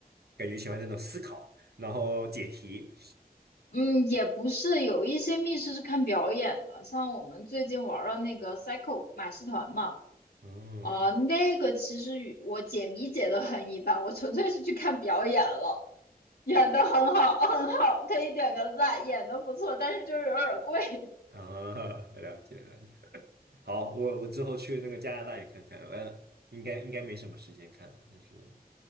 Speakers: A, on the right; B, on the left.
A: 感觉喜欢那种思考，然后解题。
B: 嗯，也不是，有一些密室是看表演的，像我们最近玩了那个 c y c l e 马戏团嘛。
A: 嗯
B: 呃，那个其实与我解谜解的很一般，我纯粹是去看表演了。演的很好，<laughs> 很好，可以点个赞，演的不错，但是就是有点贵。
A: 啊，<laughs> 了解了解。好，我我之后去那个加拿大也看看，呃，应该应该没什么时间看了，但是